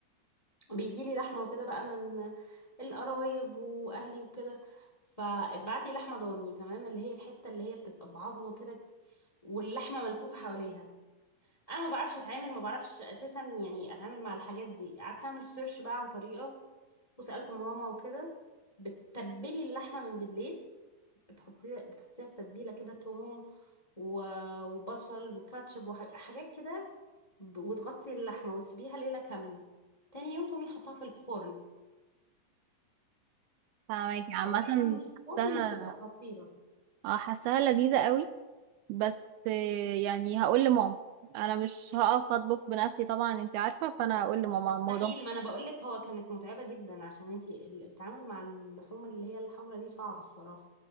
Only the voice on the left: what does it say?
بيجيلي لحمة وكده بقى من القرايب واهلي وكده فاتبعتلي لحمة ضاني تمام اللي هي الحتة اللي هي بتبقى بعظمه كده واللحمة ملفوفة حواليها انا ما بعرفش اتعامل ما بعرفش اساسا يعني اتعامل مع الحاجات دي قعدت اعمل سيرش بقى عن طريقه وسالت ماما وكده بتتبلي اللحمه من بالليل بتحطيها بتحطيها في تتبيله كده توم و- وبصل وكاتشب وحاجات كده ب- وتغطي اللحمه وتسيبيها ليله كامله تاني يوم تقومي حطها في الفرن
تطلعيها من الفرن
بتبقى خطيره
مستحيل
ما انا بقولك هو كانت متعبه جدا عشان انتي التعامل مع اللحوم اللي هي الحمرا دي صعب الصراحه